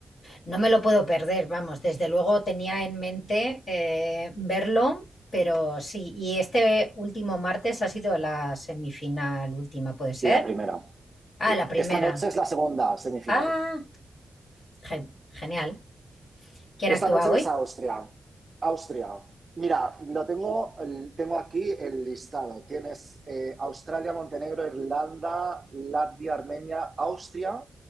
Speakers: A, on the left (about 55°); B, on the right (about 35°).
A: No me lo puedo perder, vamos, desde luego tenía en mente eh, verlo, pero sí, y este último martes ha sido la semifinal última, ¿puede ser?
B: la primera.
A: Ah,
B: Sí.
A: la primera.
B: Esta noche es la segunda semifinal.
A: Ah, ge- genial. ¿Quién
B: Esta
A: actúa
B: noche
A: hoy?
B: ves a Austria. Austria. Mira, lo tengo, tengo aquí el listado. Tienes eh, Australia, Montenegro, Irlanda, Latvia, Armenia, Austria,